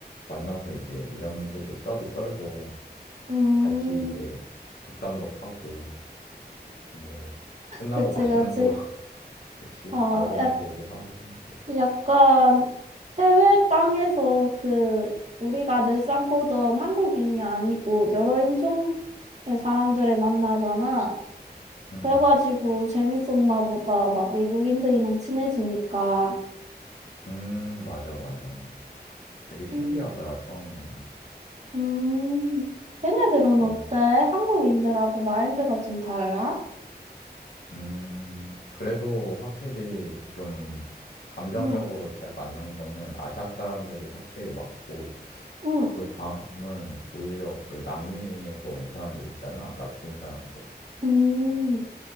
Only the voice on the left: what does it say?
만나서 이제 일하면서도 싸도 떨고,
같이 이제 뒷담도 까고, 뭐 끝나고
맛있는
거 그치?
먹으면서
얘기하고 그냥 그렇지.
음,
음, 맞아, 맞아. 되게 신기하더라,
처음에는.
음,
음, 그래도 확실히 좀 감정적으로
잘 맞는 거는 아시아 사람들이 확실히 맞고,
그 다음은 오히려 그 남미에서 온 사람들 있잖아, 라틴 사람들.